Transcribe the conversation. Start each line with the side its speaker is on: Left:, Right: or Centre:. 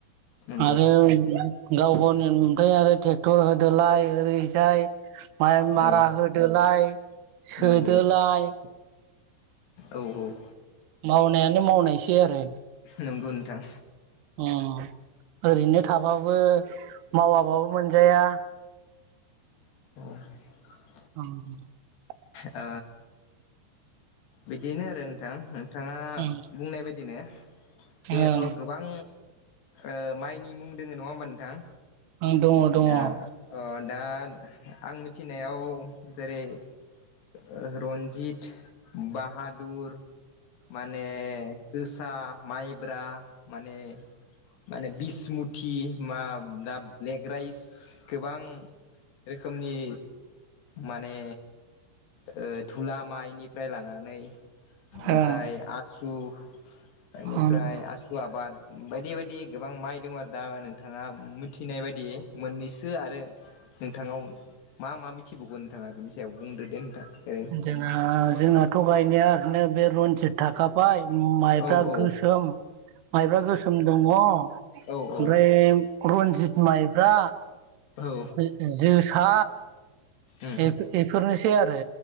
Left: नंगौ
Right: आरो गाव गावनि ओमफ्राय आरो ट्रेक्टर होदोलाय ओरैजाय माइ मारा
Left: औ
Right: होदोलाय सोदोलाय
Left: नंगौ औ औ
Right: मावनायानो मावनायसै आरो।
Left: नंगौ नोंथां।
Right: अ ओरैनो थाबाबो मावाबाबो मोनजाया
Left: <unintelligible>
Right: ओं
Left: ओ बिदिनो आरो नोंथां नोंथाङा
Right: ओं
Left: बुंनाय बायदिनो जोंनियाथ'
Right: ओं
Left: गोबां ओ माइनि मुं दोङो नङा होमबा नोंथां।
Right: ओं दङ दङ ओं
Left: दा
Right: ओं
Left: अन दा आं मिथिनायाव जेरै ओ रनजित बाहादुर माने जोसा माइब्रा माने माने बिसमुथि मा दाब ब्लेक राइस गोबां रोखोमनि माने ओ थुला माइनिफ्राय लाना नै ओमफ्राय
Right: ओं ओं
Left: आसु ओनिफ्राय
Right: ओं
Left: आसु आबाद बायदि बायदि गोबां माइ दं आरो दा नोंथाङा मिथिनाय बायदि मोननैसो आरो नोंथाङाव मा मा मिथिबावगोन नोंथाङा बेनि सायाव बुंदो दे नोंथां। ओरैनो
Right: जोंहा जोंनाथ' गायनाया ओरैनो बे रन्जित थाखाबाय माइब्रा
Left: औ औ
Right: गोसोम माइब्रा गोसोम दङ। ओमफ्राय
Left: औ औ
Right: रन्जित माइब्रा
Left: औ
Right: जो-जोसा
Left: उम
Right: बे- बेफोरनोसै आरो